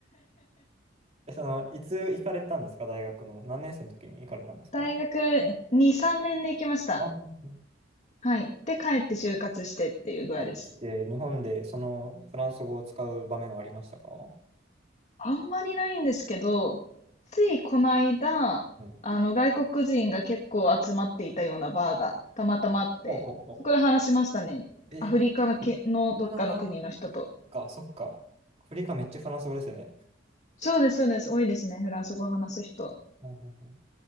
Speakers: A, on the right; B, on the left.
A: え、その、いつ行かれたんですか大学の。何年生の時に行かれたんですか
B: 大学2、3年で行きました。
A: あ、うんうん
B: はい。で、帰って就活してっていう具合です。
A: 帰ってきて、日本でそのフランス語を使う場面はありましたか
B: あんまりないんですけど、ついこの間、
A: うん。
B: あの外国人が結構集まっていたようなバーがたまたまあって、
A: ほうほうほ
B: そこで話しましたね。
A: う。えー、
B: アフリカのけ、のどっかの国の人と。
A: ああ、そっか、そっか。アフリカめっちゃフランス語ですよね。
B: そうです、そうです。多いですね。フランス語を話す人。
A: うんうんうん